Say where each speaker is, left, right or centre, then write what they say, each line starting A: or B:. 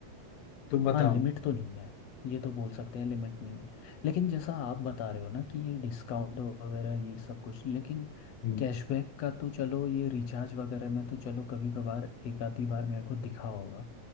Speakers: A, on the left; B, on the left.
A: तुम बताओ
B: हाँ लिमिट तो नहीं है ये तो बोल सकते हैं लिमिट नहीं है लेकिन जैसा आप बता रहे हो ना कि ये डिस्काउंट वगैरह ये सब कुछ लेकिन
A: हम्म,
B: कैशबैक का तो चलो ये रिचार्ज वगैरह में तो चलो कभी कभार एक आधी बार मेरे को दिखा होगा